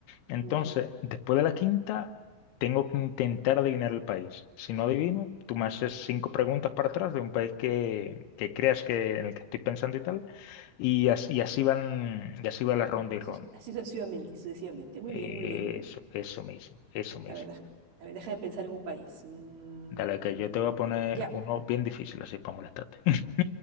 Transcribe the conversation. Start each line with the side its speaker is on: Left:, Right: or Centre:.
Left: Entonces,
Right: Ya.
Left: después de la quinta, tengo que intentar adivinar el país. Si no adivino, tú me haces cinco preguntas para atrás de un país que, que creas que en el que estoy pensando y tal, y, as- y así van, y así va
Right: mm,
Left: la ronda y
Right: eso
Left: ronda.
Right: es- Así sucesivamente, sucesivamente. Muy
Left: Eh,
Right: bien, muy bien.
Left: Eso, eso mismo, eso mismo.
Right: A ver, dej- a ver, deja de pensar en un país. Mm,
Left: Dale, que yo te voy a poner
Right: ya.
Left: uno bien difícil así para molestarte. <laughs>